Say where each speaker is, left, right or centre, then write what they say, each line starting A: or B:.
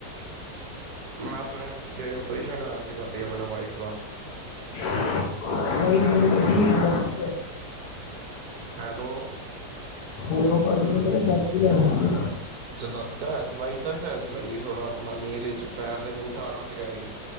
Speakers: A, on the right; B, on the left.
A: ਮੈਂ ਸੁਣਿਆ ਸੀ ਪਿੱਛੇ ਓਪਰੇਸ਼ਨ ਹੋਇਆ ਸੀ ਤੁਹਾਡੀ ਅਪਣੀ ਵਾਈਫ ਦਾ।
B: <unintelligible>
A: ਹੈਲੋ
B: ਹੈਲੋ ਭਾਜੀ ਮੈ ਕੈ ਰੇਆ ਸੀ
A: ਅਛਾ ਦਾਦੀ ਦਾ ਹੋਇਆ ਸੀ, ਵਾਈਫ ਦਾ ਵੀ ਹੋਇਆ ਸੀ ਭਾਜੀ ਥੋੜਾ ਆਪਣਾ ਨੀਲ ਚ ਪੈਰ ਤੇ ਅੰਗੂਠਾ ਕੱਟ ਗਿਆ ਸੀ।